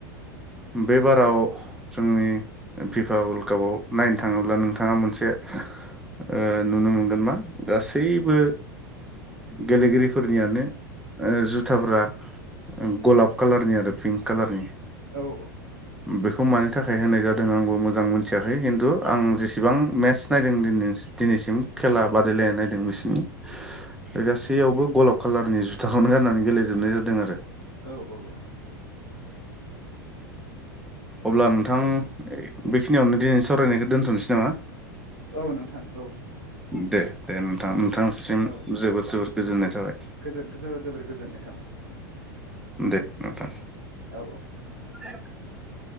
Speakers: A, in the centre; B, on the right.
A: बे बाराव जोंनि फिफा वर्ल्ड कापआव नायनो थाङोब्ला नोंथाङा मोनसे ओ नुनो मोनगोन मा गासैबो गेलेगिरिफोरनियानो जुथाफ्रा गलाब कालारनि आरो पिंक कालारनि।
B: औ
A: बेखौ मानि थाखाय होनाय जादों आंबो मोजां मोनथियाखै खिन्थु आं जेसेबां मेट्स नायदों दि दिनैसिम खेला बादायलायनाय नायदों बिसिनि बे गासैयावबो गलाब कालारनि जुथाखौनो गाननानै गेलेजोबनाय जादों आरो।
B: औ औ औ।
A: अब्ला नोंथां बेखिनियावनो दिनै सावरायनायखौ दोन्थनोसै नामा?
B: औ नोंथां औ।
A: दे दे। थां नोंथांसिम
B: औ
A: जोबोद जोर। गोजोननाय थाबाय।
B: गोजोर जोबोर जोबोर गोजोननाय थाबाय।
A: दे नोंथां।
B: औ औ।
A: <inaudible>